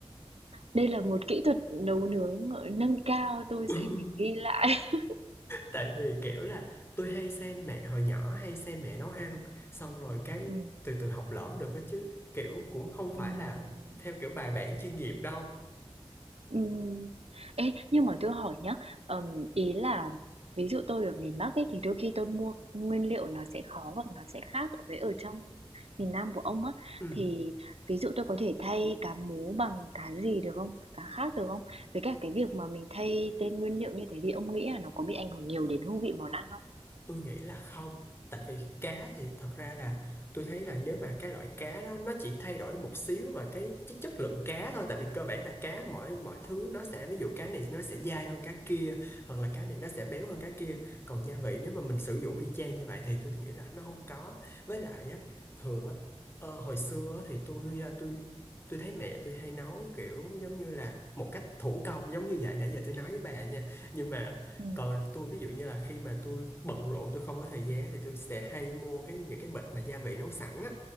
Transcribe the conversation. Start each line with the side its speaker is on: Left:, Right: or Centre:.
Right: Đây là một kỹ thuật nấu nướng ờ, nâng cao tôi
Left: <laughs>
Right: sẽ phải ghi lại. <laughs>
Left: tại vì kiểu là tôi hay xem mẹ hồi nhỏ hay xem mẹ nấu ăn xong rồi cái
Right: Ừ.
Left: từ từ học lỏm được hết chứ kiểu cũng không phải
Right: Ừm,
Left: là theo kiểu bài bản chuyên nghiệp đâu.
Right: ừm. Ê, nhưng mà tôi hỏi nhá, ờm, ý là ví dụ tôi ở miền Bắc ấy thì đôi khi tôi mua nguyên liệu nó sẽ khó hoặc nó sẽ khác với ở trong miền Nam của ông á
Left: Ừ.
Right: thì ví dụ tôi có thể thay cá mú bằng cá gì được không? Cá khác được không? Với cả cái việc mà mình thay tên nguyên liệu như thế thì ông nghĩ là nó có bị ảnh hưởng nhiều đến hương vị món ăn không?
Left: tôi nghĩ là không tại vì cá thì thật ra là tôi thấy là nếu mà cái loại cá đó nó chỉ thay đổi một xíu về cái, cái chất lượng cá thôi tại vì cơ bản là cá mỗi mọi thứ nó sẽ ví dụ cá này nó sẽ dai hơn cá kia hoặc là cá này nó sẽ béo hơn cá kia còn gia vị nếu mà mình sử dụng y chang như vậy thì tôi thì nghĩ là nó không có với lại á thường á ờ, hồi xưa á thì tôi ờ, tôi tôi thấy mẹ tôi hay nấu kiểu giống như là một cách thủ công giống như vậy nãy giờ tôi nói với bà nha nhưng mà
Right: Ừm.
Left: còn tôi ví dụ như là khi mà tôi bận rộn tôi không có thời gian á, thì tôi sẽ hay mua cái những cái bịch mà gia vị nấu sẵn á